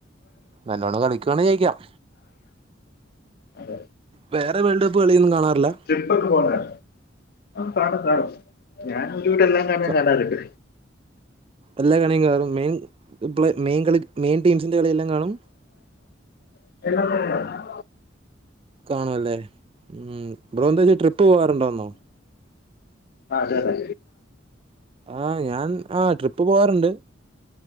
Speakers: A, on the right; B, on the left.
A: നല്ലോണം കളിക്കുകവാണേ ജയിക്കാം
B: അതെ
A: വേറെ വേൾഡ് കപ്പ് കളിയൊന്നും കാണ്ണാറില്ല
B: ട്രിപ്പക്കെ പോന്നരാണ് ആ കാണും കാണും ഞാനൻ ഒരു വീടെല്ലാം കാണാറുണ്ട്
A: ക- എല്ലാ കളിയും കാണും മെയിൻ മെയിൻ കളി മെയിൻ ടീംസിന്റെ കളിയെല്ലാം കാണും
B: <unintelligible>
A: കാണുവല്ലേ ഉം ബ്രോ ന്തേ ട്രിപ്പ് പോവാറുൻഡാർന്നോ.?
B: ആഹ്‌ അതെതെ
A: ആഹ്‌ ഞാൻ ആഹ്‌ ട്രിപ്പ് പോവാറുണ്ട്.